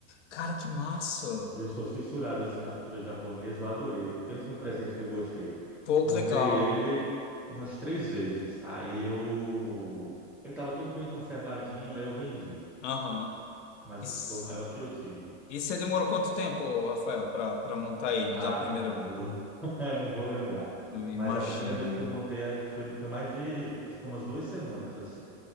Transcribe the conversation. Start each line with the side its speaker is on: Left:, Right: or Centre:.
Left: Cara, que massa.
Centre: E Eu sou fissurado assim na cultura japonesa, eu adorei. Pensa num presente que eu gostei.
Left: Pô,
Centre: Montei
Left: que legal.
Centre: ele umas três vezes. Aí eu. Ele estava todo bem conservadinho, aí eu vendi.
Left: Aham.
Centre: Mas
Left: E,
Centre: fo-
Left: s-
Centre: foi o maior que eu tive.
Left: e você demorou quanto tempo, Rafael, para para montar ele
Centre: Ah,
Left: da primeira,
Centre: não lembro. <laughs> Eu Não vou lembrar.
Left: eu imagino.
Centre: Mas a primeira vez que eu montei acho que foi, foi mais de, acho que foi umas duas semanas, assim.